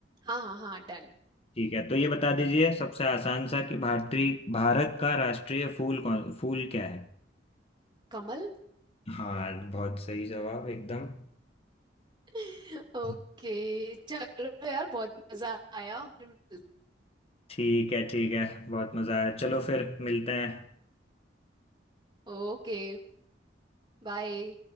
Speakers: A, on the right (about 25°); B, on the left (about 35°).
A: हाँ हाँ हाँ डन
B: ठीक है तो ये बता दीजिए सबसे आसान सा कि भारतीय भारत का राष्ट्रीय फूल कौन फूल क्या है
A: कमल
B: हाँ हाँ बहुत सही जवाब एकदम
A: <laughs>
B: <laughs>
A: ओके चलो यार बहुत मजा आया फिर मिलते-
B: ठीक है ठीक है बहुत मजा आया चलो फिर मिलते हैं
A: Okay bye